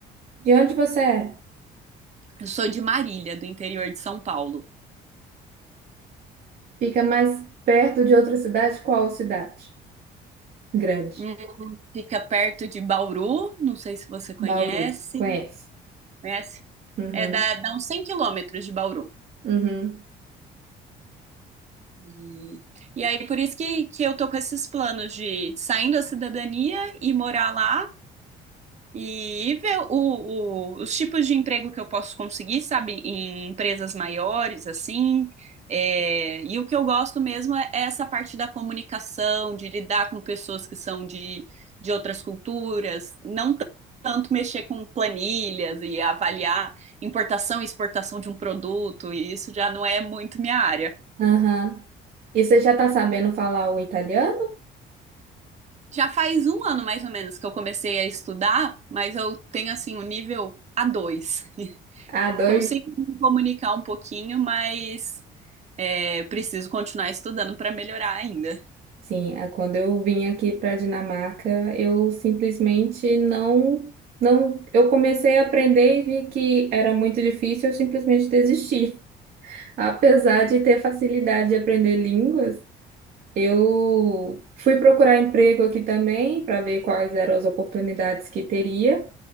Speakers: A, on the right (about 60°); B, on the right (about 40°).
A: De onde você é?
B: Eu sou de Marília, do interior de São Paulo.
A: Fica mais perto de outra cidade? Qual cidade? Grande.
B: Hum, Fica perto de Bauru, não sei se você conhece.
A: Bauru. Conhece?
B: Conhece?
A: Uhum.
B: É, dá, dá uns 100 quilômetros de Bauru.
A: Uhum.
B: E, e aí, por isso que, que eu tô com esses planos de saindo da cidadania e morar lá e ver o, o- os tipos de emprego que eu posso conseguir, sabe, em empresas maiores, assim. É, e o que eu gosto mesmo é é essa parte da comunicação, de lidar com pessoas que são de, de outras culturas, não t- tanto mexer com planilhas e avaliar importação e exportação de um produto, e isso já não é muito minha área.
A: Aham. E você já tá sabendo falar o italiano?
B: Já faz um ano mais ou menos que eu comecei a estudar, mas eu tenho assim o nível a dois.
A: A dois
B: Consigo me comunicar um pouquinho, mas é, preciso continuar estudando para melhorar ainda.
A: Sim, é, quando eu vim aqui para a Dinamarca, eu simplesmente não, não, eu comecei a aprender e vi que era muito difícil, eu simplesmente desisti. <laughs> Apesar de ter facilidade de aprender línguas, eu fui procurar emprego aqui também para ver quais eram as oportunidades que teria